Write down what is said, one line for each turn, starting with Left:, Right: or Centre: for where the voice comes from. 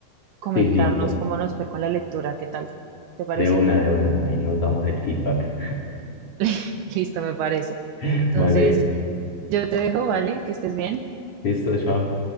Right: comentarnos
Left: Sí, sí, pues,
Right: cómo nos fue con la lectura, ¿qué tal? ¿Te parece?
Left: de una, de una. Ahí nos damos el feedback.
Right: <laughs> Listo, me parece.
Left: <laughs>
Right: Entonces,
Left: Vale,
Right: yo te dejo, ¿vale? Que estés bien.
Left: listo, chao.